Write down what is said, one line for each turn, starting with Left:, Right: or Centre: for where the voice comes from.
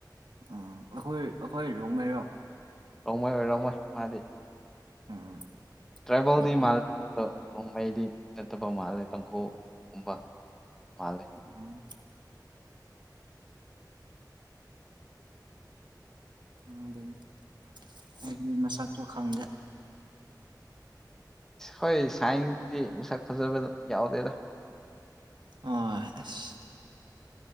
Right: ꯎꯝ ꯑꯈꯣꯏ ꯑꯈꯣꯏ ꯔꯣꯡꯃꯩꯔꯣ
Centre: ꯔꯣꯡꯃꯩ ꯑꯣꯏꯔꯝꯃꯣꯏ ꯃꯥꯗꯤ
Right: ꯎꯝ
Centre: ꯇ꯭ꯔꯥꯏꯕꯜꯗꯤ
Right: ꯃꯩꯇꯩ
Centre: ꯃꯥꯜ ꯑꯗꯣ ꯔꯣꯡꯃꯩꯗꯤ ꯅꯠꯇꯕ ꯃꯥꯜꯂꯦ ꯇꯥꯡꯍꯨꯒꯨꯝꯕ ꯃꯥꯜꯂꯦ
Right: ꯎꯝ ꯈꯪꯗꯦꯅꯦ ꯑꯩꯗꯤ ꯃꯁꯛꯁꯨ ꯈꯪꯗꯦ
Centre: ꯍꯣꯏ ꯁꯥꯏꯟꯁꯇꯗꯤ ꯃꯁꯛ ꯐꯖꯕꯗ ꯌꯥꯎꯗꯦꯗ
Right: ꯑꯣꯏ ꯑꯁ